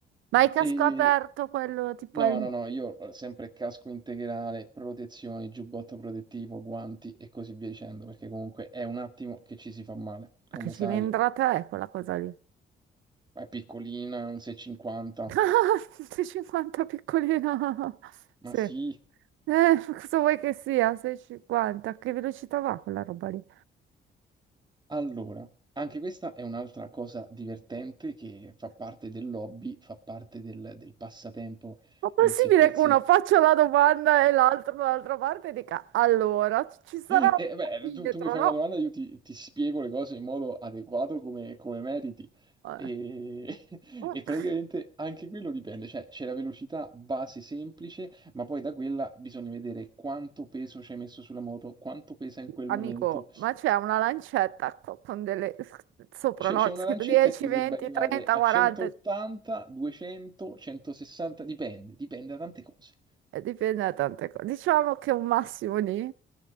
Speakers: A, on the right; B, on the right.
A: Ma il casco
B: E
A: aperto, quello tipo
B: no,
A: è il...
B: no, no, io sempre casco integrale, protezioni, giubbotto protettivo, guanti e così via dicendo, perché comunque è un attimo che ci si fa male. Come
A: Ma Che cilindrata
B: sai,
A: è quella cosa lì?
B: è piccolina, un 6,50.
A: <laughs> 650 piccolina.
B: Ma
A: Sì.
B: sì,
A: Eh, cosa vuoi che sia? 650. A che velocità va quella roba lì?
B: Allora, anche questa è un'altra cosa divertente che fa parte dell'hobby, fa parte del, del passatempo
A: Ma possibile
B: in sé per
A: che
B: sé.
A: uno faccia la domanda e l'altro dall'altra parte dica allora ci sarà
B: E
A: un
B: beh,
A: millimetro,
B: tu, tu mi fai
A: no?
B: una domanda, io ti, ti spiego le cose in modo adeguato come, come meriti.
A: Eh,
B: E, <laughs>
A: mm,
B: e praticamente anche quello dipende, cioè c'è la velocità base semplice, ma poi da quella bisogna vedere quanto peso ci hai messo sulla moto, quanto pesa in quel
A: Amico,
B: momento
A: ma c'è una lancetta co- con delle sopra,
B: C'è
A: no?
B: c'è una
A: Scritto
B: lancetta
A: 10,
B: e potrebbe
A: 20,
B: arrivare
A: 30,
B: a
A: 40,
B: 180, 200, 160, dipende, dipende da tante cose.
A: eh, dipende da tante cose. Diciamo che un massimo di